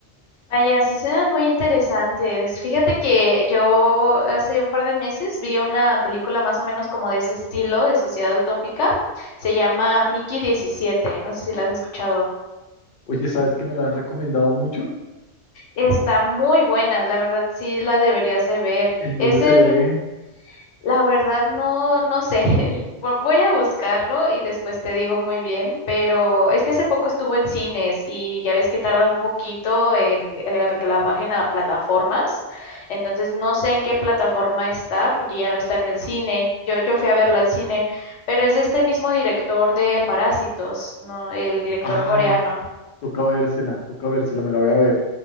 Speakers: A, on the left (about 75°); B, on the left (about 60°).
A: Vaya, sí suenan muy interesantes. Fíjate que yo hace un par de meses vi una película más o menos como de ese estilo, de sociedad utópica. Se llama Mickey diecisiete no sé si la has escuchado.
B: Oye, ¿sabes que me la han recomendado mucho?
A: Está muy buena, la verdad sí la deberías de ver.
B: ¿En dónde
A: Es
B: se
A: el,
B: ve?
A: la verdad no, no sé, <laughs> vo- voy a buscarlo y después te digo muy bien, pero es que hace poco estuvo en cines y ya ves que tarda un poquito en, eh, a que la bajen a plataformas, entonces no sé en qué plataforma está porque ya no está en el cine. Yo, yo fui a verlo al cine, pero es de este mismo director de Parásitos, ¿no? El director
B: Ay,
A: coreano.
B: toca vérsela, toca vérsela, me la voy a ver.